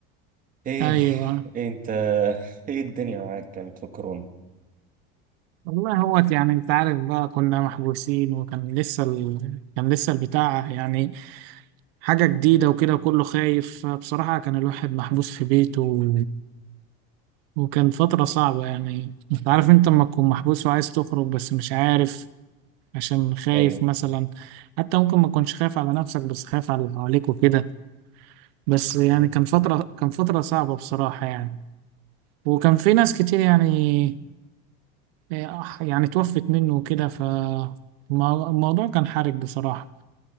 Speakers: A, on the right; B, on the right.
A: ايه
B: ايوه
A: إيه انت ايه الدنيا معاك كانت في كورونا
B: والله هو يعني انت عارف بقى كنا محبوسين وكان لسه ال... كان لسه البتاع يعني حاجة جديدة وكده وكله خايف بصراحة كان الواحد محبوس في بيته و... وكان فترة صعبة يعني انت عارف انت لما تكون محبوس وعايز تخرج بس مش عارف عشان خايف
A: ايوه
B: مثلا حتى ممكن ما تكونش خايف على نفسك بس خايف على اللي حواليك وكده بس
A: صحيح
B: يعني كان فترة كان فترة صعبة بصراحة يعني وكان في ناس كتير يعني آه، يعني توفت منه وكده فالموضوع كان حرج بصراحة